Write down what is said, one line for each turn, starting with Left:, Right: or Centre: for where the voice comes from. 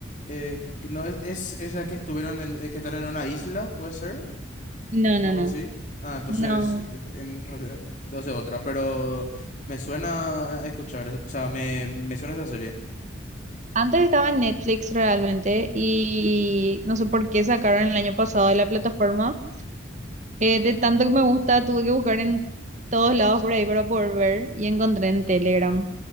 Left: Eh, que no es, es esa que estuvieron en, eh, que están en una isla, puede ser,
Right: No,
Left: o
Right: no,
Left: algo
Right: no.
Left: así. Ah, entonces,
Right: No,
Left: que- en- en- entonces otra, pero me suena a escuchar, es- o sea, me, me suena esa serie.
Right: Antes estaba en Netflix realmente y no sé por qué sacaron el año pasado de la plataforma. Eh, de tanto que me gusta, tuve que buscar en todos lados por ahí para poder ver y encontré en Telegram.